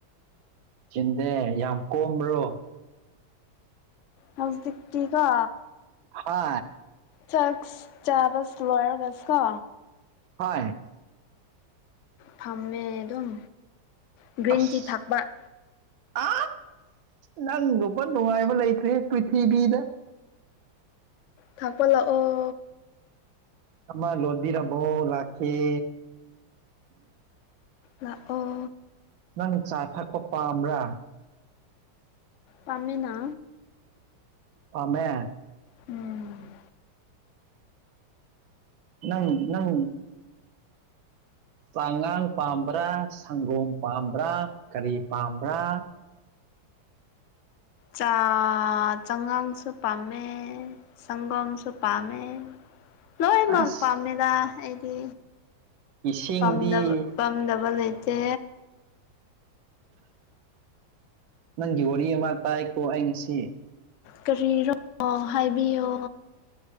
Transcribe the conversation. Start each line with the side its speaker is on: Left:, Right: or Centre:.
Right: ꯆꯤꯟꯗꯦ ꯌꯥꯝ ꯀꯣꯝꯕ꯭ꯔꯣ
Left: ꯍꯧꯁ ꯗꯇꯤ ꯀ
Right: ꯍꯥ
Left: ꯆꯥꯛꯁ ꯆꯥꯕꯁ ꯂꯣꯏꯔꯣꯒꯁꯤ ꯀꯣ
Right: ꯍ
Left: ꯐꯝꯃꯦ ꯑꯗꯨꯝ ꯒ꯭ꯔꯤꯟ
Right: ꯑꯁ
Left: ꯇꯤ ꯊꯛꯄ
Right: ꯑ ꯅꯪꯒꯨꯝꯕ ꯅꯨꯡꯉꯥꯏꯕ ꯂꯩꯇ꯭ꯦ ꯄ꯭ꯔꯤꯊꯤꯕꯤꯗ
Left: ꯊꯥꯛꯄ ꯂꯥꯛꯑꯣ
Right: ꯑꯃ ꯂꯣꯟꯕꯤꯔꯝꯃꯣ ꯂꯥꯛꯈꯤꯦ
Left: ꯂꯥꯛ ꯑꯣ
Right: ꯅꯪ ꯆꯥ ꯊꯛꯄ ꯄꯥꯝꯕ꯭ꯔꯥ
Left: ꯇꯥꯝꯃꯦꯅ
Right: ꯄꯥꯃꯦ
Left: ꯎꯝ
Right: ꯅꯪ ꯅꯪ ꯄꯥꯉꯥꯡ ꯄꯥꯝꯕ꯭ꯔꯥ ꯁꯪꯒꯣꯝ ꯄꯥꯝꯕ꯭ꯔꯥ ꯀꯔꯤ ꯄꯥꯝꯕ꯭ꯔꯥ
Left: ꯆꯥ ꯆꯉꯥꯡꯁꯨ ꯄꯥꯝꯃꯦ ꯁꯒꯝꯁꯨꯄꯥꯃꯦ ꯂꯣꯏꯅꯃꯛ
Right: ꯑꯁ
Left: ꯄꯥꯝꯃꯦꯗ ꯑꯩꯗꯤ
Right: ꯏꯁꯤꯡꯗꯤ
Left: ꯄꯥꯝꯗꯕ ꯄꯝꯗꯕ ꯂꯩꯇꯦ
Right: ꯅꯪꯒꯤ ꯋꯥꯔꯤ ꯑꯃ ꯇꯥꯏꯀꯣ ꯑꯩ ꯉꯁꯤ
Left: ꯀꯔꯤꯅꯣ ꯍꯥꯏꯕꯤꯌꯣ